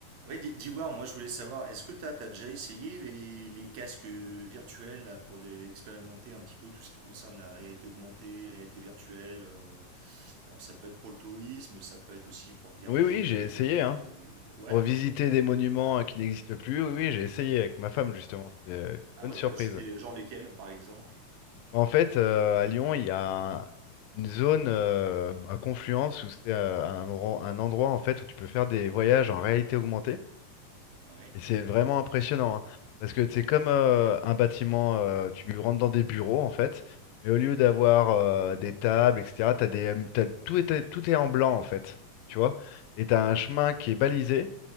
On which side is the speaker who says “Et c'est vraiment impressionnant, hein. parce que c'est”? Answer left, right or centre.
Left